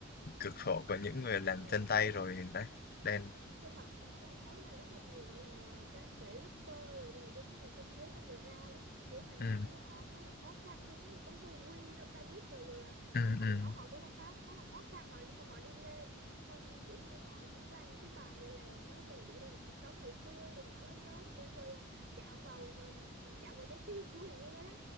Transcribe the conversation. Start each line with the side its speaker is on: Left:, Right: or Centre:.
Left: cực khổ của những người làm
Right: ừ
Left: chân tay
Right: đúng
Left: rồi
Right: rồi
Left: đấy đen
Right: tôi thật sự tôi thấy là rất là nhiều gọi là ca sĩ rapper gọi là giống như là trong giới underground á kiểu hoàn
Left: ừ.
Right: cảnh của họ khá là khó khăn tôi nhớ là có Vô Quy, là Caric rồi gọi là
Left: Ừ,
Right: hồi hồi
Left: ừ.
Right: nhỏ họ cũng là khá khá là khó khăn họ xong họ đi lên á. xong kiểu như họ cũng ra những cái bài gọi là nói về gọi là cuộc sống hồi xưa từ nhỏ đến lớn cũng gọi là chạm vào vào- chạm vào trái tim của người nghe đấy